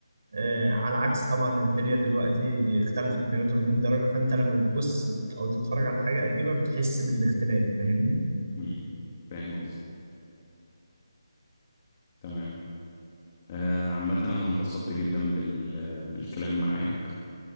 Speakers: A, on the right; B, on the left.
A: آه، على عكس طبعا الدنيا دلوقتي اختلفت 180 درجة فانت لما بتبص او تتفرج على حاجة قديمة بتحس بالاختلاف فاهمني
B: امم فاهم قصدي تمام آه عامه انا انبسطت جدا بال... بالكلام معاك